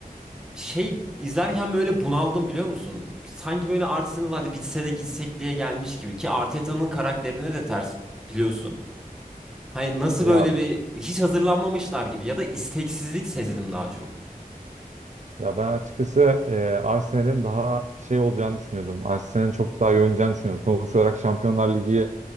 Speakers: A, in the centre; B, on the right.
A: şey izlerken böyle bunaldım biliyor musun? Sanki böyle Arsenal hadi bitse de gitsek diye gelmiş gibi ki Arteta'nın karakterine de ters biliyorsun. Hani nasıl
B: Ya
A: böyle bir hiç hazırlanmamışlar gibi ya da isteksizlik sezdim daha çok.
B: ya ben açıkçası e, Arsenal'in daha şey olacağını düşünüyordum. Arsenal'in çok daha iyi oynayacağını düşünüyordum. Sonuç olarak Şampiyonlar Ligi